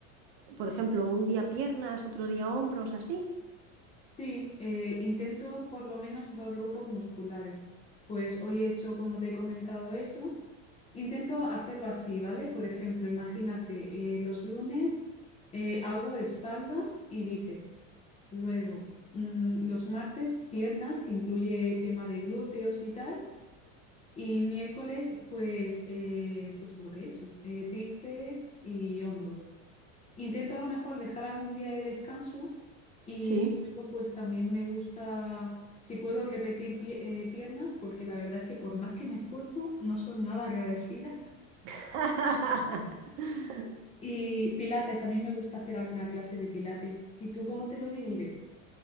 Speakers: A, on the right; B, on the left.
A: Por ejemplo, un día piernas, otro día hombros, así.
B: Sí, eh, intento por lo menos dos grupos musculares. Pues hoy he hecho, como te he comentado, eso. Intento hacerlo así, ¿vale? Por ejemplo, imagínate, eh, los lunes eh, hago espalda y bíceps. Luego, mm, los martes, piernas, que incluye tema de glúteos y tal. Y miércoles, pues, eh, pues lo que he hecho, eh, tríceps y hombros. Intento a lo mejor dejar algún día de descanso y
A: Sí.
B: luego pues también me gusta, si puedo repetir pie- eh, piernas, porque la verdad es que por más que me esfuerzo, no son nada agradecidas.
A: <laughs>
B: Y pilates, también me gusta hacer alguna clase de pilates. ¿Y tú cómo te lo divides?